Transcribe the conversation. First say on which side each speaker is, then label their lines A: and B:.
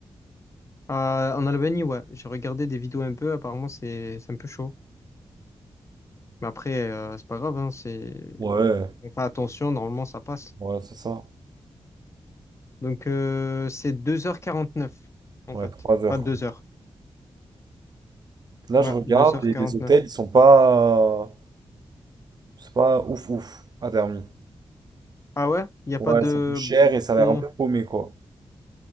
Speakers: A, on the left; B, on the right.
A: À- en Albanie, ouais, j'ai regardé des vidéos un peu. Apparemment, c'est c'est un peu chaud. Mais après, euh, c'est pas grave, hein, c'est.
B: Ouais,
A: On fait attention, normalement ça passe.
B: ouais, c'est ça.
A: Donc euh, c'est deux heures quarante-neuf en
B: Ouais,
A: fait.
B: 3 heures,
A: Pas 2
B: quoi.
A: heures.
B: Là,
A: Ouais,
B: je regarde,
A: deux heures
B: et
A: quarante-neuf.
B: les hôtels, ils sont pas... C'est pas ouf, ouf, à Dermy.
A: Ah ouais? Il n'y a
B: Ouais,
A: pas de...
B: c'est un peu cher et ça a l'air
A: Bon...
B: un peu paumé, quoi.